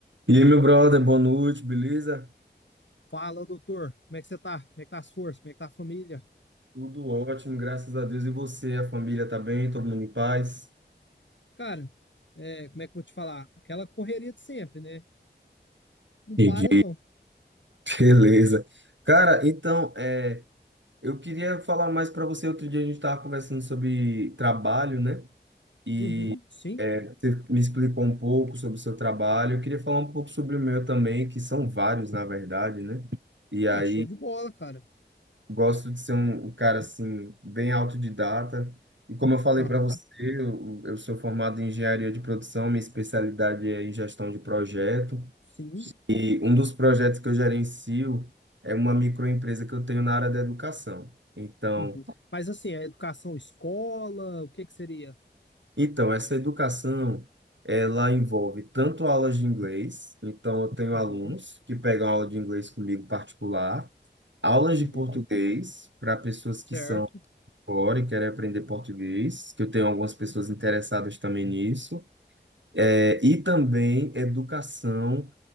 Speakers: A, on the right (about 90°); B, on the left (about 85°).
A: E aí, meu brother, boa noite, beleza?
B: Fala, doutor. Como é que você tá? Como é que tá as forças? Como é que tá a família?
A: Tudo ótimo, graças a Deus. E você, a família tá bem, todo mundo em paz?
B: Cara, é, como é que eu vou te falar? Aquela correria de sempre, né? Não
A: Entendi.
B: para, não.
A: Beleza. Cara, então, é, eu queria falar mais para você. Outro dia a gente estava conversando sobre trabalho, né? E
B: Uhum, sim.
A: é, você me explicou um pouco sobre o seu trabalho. Eu queria falar um pouco sobre o meu também, que são vários, na verdade, né? E aí
B: Ah, show de bola, cara.
A: gosto de ser um, um cara assim bem autodidata. E como eu falei
B: Aham,
A: para você, eu, eu sou formado em engenharia de produção, minha especialidade é em gestão de projeto.
B: sim.
A: E um dos projetos que eu gerencio é uma microempresa que eu tenho na área da educação. Então,
B: Uhum. Mas assim, a educação escola, o que que seria?
A: então essa educação ela envolve tanto aulas de inglês, então eu tenho
B: Uhum,
A: alunos que pegam aula de inglês comigo particular, aulas
B: uhum.
A: de português para pessoas que
B: Certo.
A: são Fora, quero aprender português, que eu tenho algumas pessoas interessadas também nisso. É, e também educação